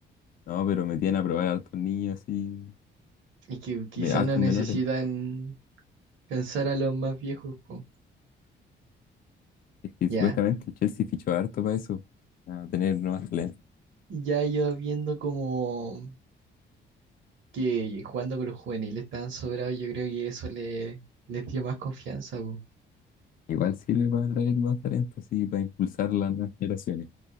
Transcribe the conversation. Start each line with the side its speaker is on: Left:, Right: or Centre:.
Left: no, pero metían a probar a hartos niños así,
Right: Y que quizás
Left: me- hartos
Right: no necesitan
Left: menores.
Right: cansar a los más viejos, po.
Left: Es que
Right: Ya.
Left: supuestamente el Chelsea fichó harto para eso, a tener nuevas talentos.
Right: Ya yo viendo como. que jugando con los juveniles tan sobrados, yo creo que eso le, les dio más confianza, po.
Left: Igual sirve para atraer más talentos y para impulsar las nuevas generaciones.